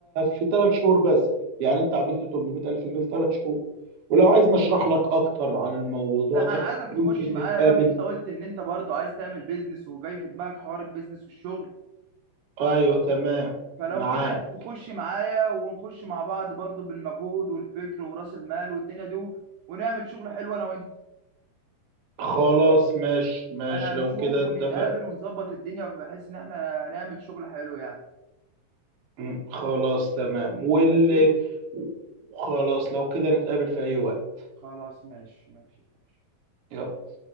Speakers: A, on the right; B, on the right.
A: في ثلاث شهور بس يعني انت عملت 800 الف جنيه في ثلاث شهور ولو عايز نشرح لك اكتر عن الموضوع
B: لا
A: ده
B: انا عايزك
A: يمكن
B: تخش معايا
A: نتقابل
B: بقى مش انت قلت ان انت برضو عايز تعمل بيزنس وجاي في دماغك حوار البيزنس والشغل
A: ايوه تمام
B: فلو
A: معاك
B: كده تخش معايا ونخش مع بعض برضو بالمجهود والفكر ورأس المال والدنيا دي ونعمل شغل حلو انا وانت
A: خلاص ماشي ماشي
B: انا هنشوف
A: لو كده
B: ونتقابل
A: اتفق
B: ونظبط الدنيا بحيث ان احنا نعمل شغل حلو يعني
A: مم، خلاص تمام واللي
B: ماشي
A: خلاص لو كده نتقابل في اي وقت
B: خلاص ماشي ماشي ماشي.
A: يلا